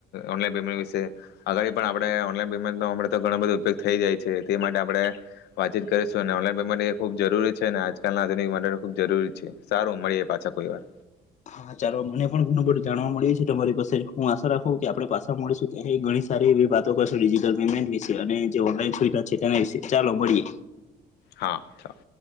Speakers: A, on the left (about 75°); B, on the left (about 45°).
A: ઓનલાન પેમેન્ટ વિશે અગળ પણ આપણે ઓનલાઈન પેમેન્ટ ન તો ઘણા બધા ઉપયોગ થઈ જાય છે તે માટે આપણે વાતચીત કરીશું અને ઓનલાઈન પે માટે ખૂબ જરૂરી છે ને આજકાલ ના આધુનિક માટે ખૂબ જરૂરી છે સારું મળીએ પાછા કોઈ વાર.
B: હા ચાલો મને પણ ઘણું બધું જાણવા મળ્યું છે તમારી પાસે હું આશા રાખું કે આપણે પાછા મળીશું ત્યાં ઘણી સારી એવી વાતો કરશું ડજિટલ પેમેન્ટ વિશે અને જે ઓનલાઈન સુવિધા છે તેના વિશે ચાલો મળીએ.
A: હા ચાલ.